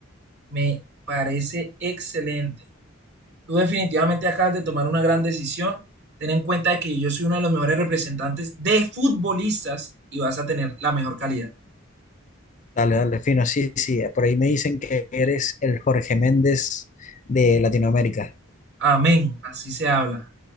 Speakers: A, on the right; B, on the left.
A: Me parece excelente. Tú definitivamente acabas de tomar una gran decisión. Ten en cuenta de que yo soy uno de los mejores representantes de futbolistas y vas a tener la mejor calidad.
B: Dale, dale, fino. Sí, sí. Por ahí me dicen que eres el Jorge Méndez de Latinoamérica.
A: Amén, así se habla.